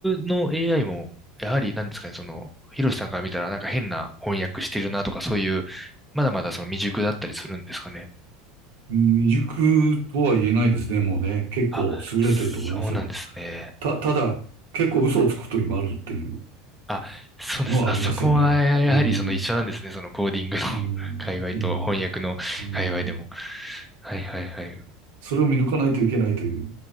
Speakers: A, in the centre; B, on the right.
A: の AI も、やはりなんですかね、その、ヒロシさんから見たらなんか変な翻訳してるなとか、そういう、まだまだその未熟だったりするんですかね。
B: 未熟とは言えないですね、もうね。結構優れてると思いますよ。
A: あ、そうなんですね。
B: た、ただ、結構嘘をつく時もあるっていう
A: あ、そうです。
B: のはありますよね。
A: あ、そこはやはりその一緒なんですね、
B: うん。
A: そのコーディングの
B: うん。
A: <laughs> 界隈と翻訳の界隈でも。
B: うん。うん。
A: はいはいはい。う
B: それを見抜かないといけないという。